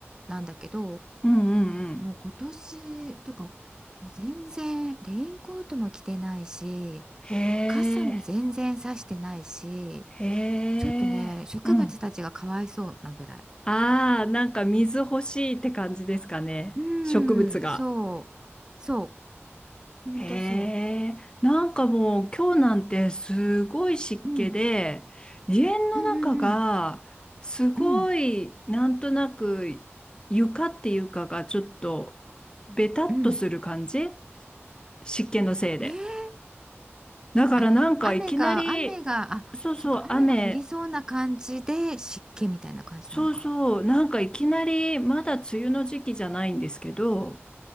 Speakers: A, on the right (about 15°); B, on the left (about 20°).
A: なんだけど
B: うんうんうん。
A: もう今年っていうかもう全然レインコートも着てないし
B: へ
A: 傘も全然さしてないし
B: え。へ
A: ちょっとね植物たちがかわいそうなぐらい。
B: え。うん。ああ、なんか水欲しいって感じですかね。
A: うんそうそ
B: 植物が。
A: うほんとそ
B: へえ。なんかもう今日なんてすごい湿気で、
A: う。うん
B: 家の中がすごいなんとなく床っていうかがちょっとベタっとする感じ
A: うんうんうんうんうん
B: 湿気のせいで。
A: えー、
B: だからなんかいきなり、
A: あ雨が雨があそっか雨が降りそうな感じで湿気みたいな感じなのか
B: そうそう、雨、そうそう、なんかいきなり、まだ梅雨の時期じゃないんですけど、